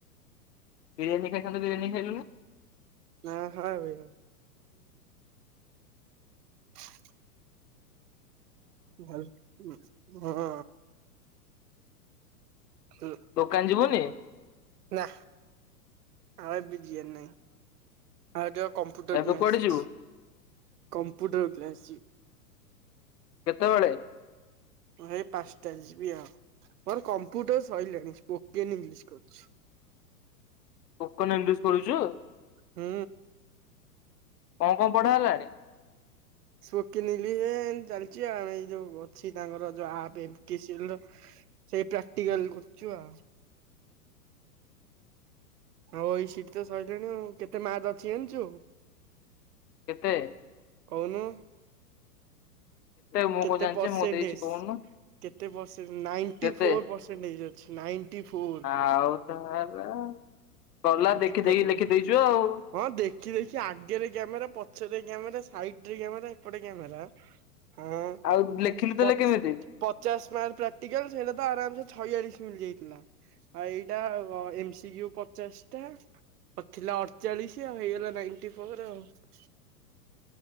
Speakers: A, on the left; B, on the right.
A: ବିରିୟାନୀ ଖାଇଥାନ୍ତ ବିରିୟାନୀ ଖାଇଲୁନି
B: ହ ହଁ ଭାଇ <unintelligible> ଭଲ୍ ହଁ। ହ
A: ଦୋକାନ ଯିବୁନି
B: ନା ଆଉ ଏବେ ଯିବାର ନାଇଁ। ଆଉ ଯ କମ୍ପୁଟର
A: ଏବେ
B: କ୍ଲାସ
A: କୁଆଡେ ଯିବୁ
B: ଅଛି କମ୍ପୁଟର କ୍ଲାସ ଯିବି
A: କେତେବେଳେ?
B: ମୁଁ ଏଇ ପାଞ୍ଚଟାରେ ଯିବି ଆଉ। ମୋର କମ୍ପ୍ୟୁଟର ସରିଲାଣି। ସ୍ପୋକେନ୍ ଇଂଲିଶ କରୁଛି।
A: ସ୍ପୋକେନ୍ ଇଂଲିଶ କରୁଛ?
B: ହୁଁ।
A: କଣ କଣ ପଢା ହେଲାଣି?
B: ସ୍ପୋକେନ୍ ଇଂଲିଶ ଏ ଚାଲିଛି ଆଉ ଏଇ ଯୋଉ ଅଛି ତାଙ୍କର ଯୋଉ ଆପ୍ ଏମ୍ ଟି ସିଲ ର ସେଇ ପ୍ରାକ୍ଟିକାଲ କରୁଛୁ ଆଉ। ହଉ ଏଇ ସିଟ ତ ସଇଲାଣି ଆଉ, କେତେ ମାର୍କ ଅଛି ଜଣିଛୁ?
A: କେତେ?
B: କୋଉନୁ
A: ମୁଁ
B: କେତେ
A: କଣ ଜାଣିଛି
B: ପରସେଣ୍ଟେଜ?
A: ମୁଁ ଦେଇଛି କହୁନୁ
B: କେତେ ପରସେନ ନାଇଣ୍ଟି
A: କେତେ
B: ଫୋର ପରସେଣ୍ଟେଜ ଅଛି ନାଇଣ୍ଟି ଫୋର।
A: ଆଉ ତାହେଲା ଗଲା
B: ହଉ
A: ଦେଖିଦେଇକି
B: ଟିପା ଟିପି
A: ଲେଖିଦେଇଚୁ ଆଉ।
B: ହଁ ଦେଖି ଦେଖି ଆଗେରେ କ୍ୟାମେରା ପଛରେ କ୍ୟାମେରା ସାଇଟରେ କ୍ୟାମେରା। ଏପଟେ କ୍ୟାମେରା ଓଁ
A: ଆଉ ଲେଖିଲୁ ତାହେଲେ
B: ପଛ
A: କେମିତି?
B: ପଚାଶ ମାର୍କ ପ୍ରାକ୍ଟିକାଲ ସେଇଟା ତ ଆରାମସେ ଛୟାଳିଶ ମିନିଟ ଯାଇଥିଲା ଆ ଏଇଟା ଏମ୍ସିକୁ ପଚାଶ ଆଉ ଥିଲା ଅଠଚାଳିଶ ଆଉ ହେଇଗଲା ନାଇଣ୍ଟି ଫୋର ଆଉ।